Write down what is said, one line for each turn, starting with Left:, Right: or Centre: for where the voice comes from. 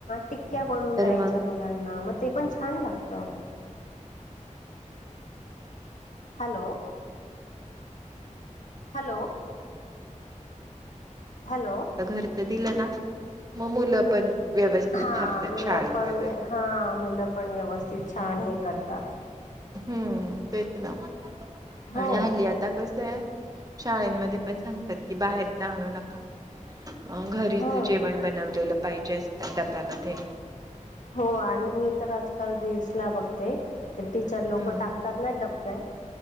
Left: टिक्क्या बनवून द्यायच्या
Right: मग
Left: मुलांना मग ते पण छान लागत. Hello hello hello.
Right: घरच दिलं ना मग मुलं पण व्यवस्थित
Left: हा
Right: थांबतात
Left: मुलं
Right: शाळेत
Left: पण
Right: वगैरे
Left: हा मुलं पण व्यवस्थित छान हे करतात.
Right: हम्म तेच ना
Left: हो
Right: आणि हल्ली आता कसं आहे शाळेनमध्ये पण सांगतात की बाहेरच आणू नका. अ घरीच
Left: हो
Right: जेवण बनवलेलं पाहिजे असतं डब्यामध्ये
Left: हो आणि मी तर आजकाल रिल्सला बघते. तर टीचर
Right: हम्म
Left: लोक टाकतात ना डब्यात.